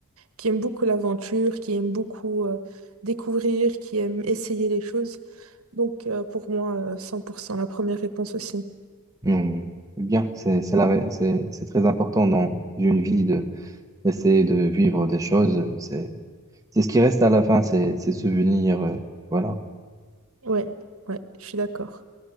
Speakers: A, on the right; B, on the right.
A: qui aime beaucoup l'aventure, qui aime beaucoup euh, découvrir, qui aime essayer les choses. Donc euh, pour moi, euh, cent pour cent la première réponse aussi.
B: hum. Bien, c'est c'est la ré- c'est- c'est très important dans une vie de d'essayer de vivre des choses. C'est c'est ce qui reste à la fin, c'est ces souvenirs, euh, voilà.
A: Ouais, ouais, je suis d'accord.